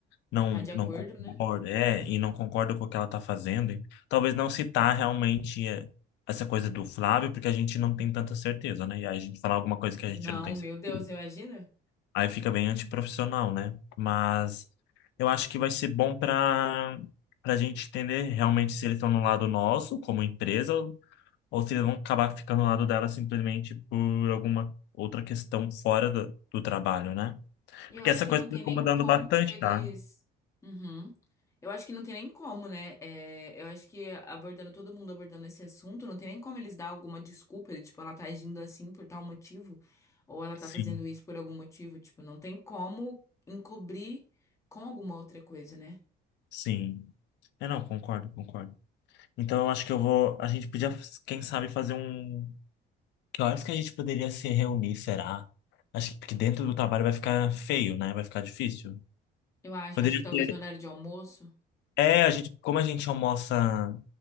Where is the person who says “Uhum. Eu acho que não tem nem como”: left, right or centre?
Left